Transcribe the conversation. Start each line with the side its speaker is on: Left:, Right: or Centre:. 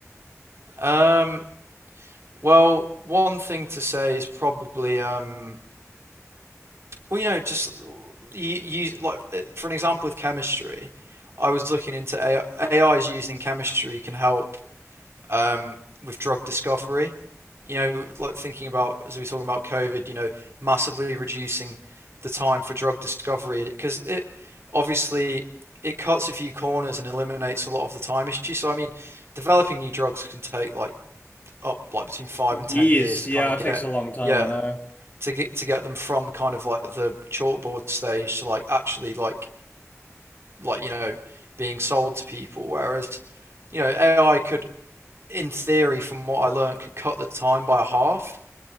Right: Um. Well, one thing to say is probably um. Well, you know, just you use like for an example with chemistry. I was looking into AI, is used in chemistry can help um, with drug discovery. You know, like thinking about as we were talking about COVID, you know, massively reducing the time for drug discovery because it obviously it cuts a few corners and eliminates a lot of the time issue. So I mean, developing new drugs can take like up like between five and
Left: Years.
Right: ten years to
Left: Yeah,
Right: kind of
Left: it
Right: get
Left: takes a long time,
Right: yeah
Left: I know.
Right: to get to get them from kind of like the chalkboard stage to like actually like like you know being sold to people. Whereas you know AI could in theory, from what I learned, could cut the time by half,